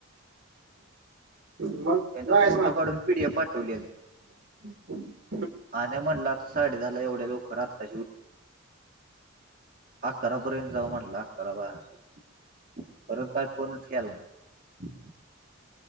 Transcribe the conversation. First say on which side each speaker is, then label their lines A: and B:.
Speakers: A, on the right (about 65°); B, on the right (about 40°).
A: मग.
B: त्यांना
A: जायच
B: फोटो
A: ना
B: काढून पीडीएफ पाठवल्याल.
A: <unintelligible>
B: आणि म्हणल, आता साडे दहाला एवढे लवकर आताची उठ हा अकरा पर्यत जाऊ म्हणला, अकरा बारा पर्यंत. परत काय, फोनच केला नाही.